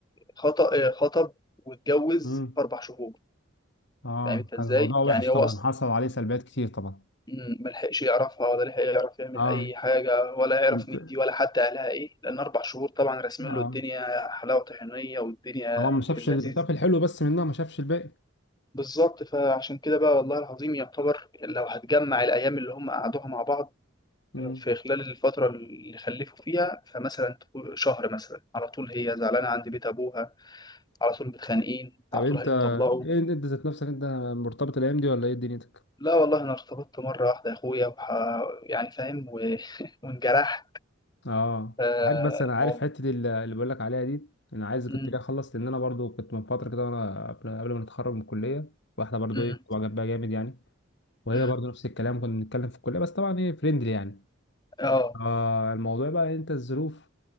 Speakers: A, on the left; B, on the left.
A: خطأ آه، خطب واتجوز
B: امم
A: في اربع شهور
B: اه
A: فاهم انت ازاي
B: كان الموضوع وحش
A: يعني هو
B: طبعا
A: اصلا
B: حصل عليه سلبيات كتير طبعا
A: مم، ما لحقش يعرفها ولا لحق يعرف يعمل
B: اه
A: اي حاجه ولا يعرف
B: انت
A: مين دي ولا حتى اهلها ايه لان اربع شهور طبعا راسمين
B: اه
A: له الدنيا حلاوه طحينيه والدنيا
B: طبعا ما شافش
A: في اللذيذ
B: ال- شاف الحلو بس منها ما شافش الباقي
A: بالظبط فعشان كده بقى والله العظيم يعتبر لو هتجمع الأيام اللي هم قعدوها مع بعض
B: امم
A: في خلال الفترة اللي خلفوا فيها فمثلا تقول شهر مثلا على طول هي زعلانة عند بيت أبوها على طول متخانقين
B: طب
A: على طول
B: انت
A: هيتطلقوا
B: ايه انت ذات نفسك انت مرتبط الايام دي ولا ايه دنيتك
A: لا والله أنا ارتبطت مرة واحدة يا أخويا وح... يعني فاهم و... <laughs> وانجرحت
B: اه
A: آه،
B: عارف بس انا
A: الموضوع
B: عارف حته ال- اللي بقول لك عليها دي انا عايز كنت
A: مم،
B: ليه اخلص لان انا برضو كنت من فتره كده وانا قبل قبل ما نتخرج من الكليه واحده برضو
A: مم،
B: ايه كنت جنبها جامد يعني وهي
A: مم.
B: برضو نفس الكلام كنا بنتكلم في الكليه بس طبعا ايه فريندلي يعني
A: اه
B: آه الموضوع بقى إيه، انت الظروف